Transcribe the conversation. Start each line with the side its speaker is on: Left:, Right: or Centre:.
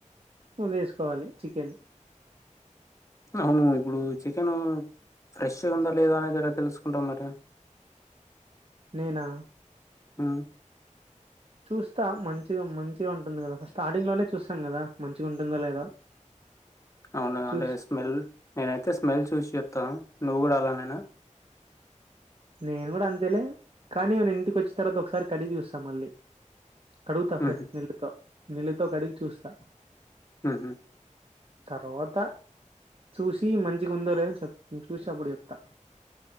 Right: ము వేసుకోవాలి చికెన్
Left: అవును ఇప్పుడు చికెన్ ఫ్రెష్గా ఉందా లేదా అనేది ఇలా తెలుసుకుంటాం మరి
Right: నేనా
Left: ఆ
Right: చూస్తా మంచిగా మంచిగా ఉంటుంది కదా స్టార్టింగ్ లోనే చూస్తాం కదా మంచిగా ఉంటుందో లేదో
Left: అవున
Right: చూసి
Left: అంటే స్మెల్ నేనైతే స్మెల్ చూసి చెప్తా నువ్వు కూడా అలా నేనా
Right: నేను కూడా అంతేలే కానీ మన ఇంటికి వచ్చిన తర్వాత ఒకసారి కడిగి చూస్తాం మళ్ళీ కడుగుతా ఫ్రెష్
Left: ఉహు
Right: నీళ్ళతో నీళ్ళతో కడిగి చూస్తా
Left: ఆహా
Right: తర్వాత చూసి మంచిగా ఉందో లేదో చూసి అప్పుడు చెప్తా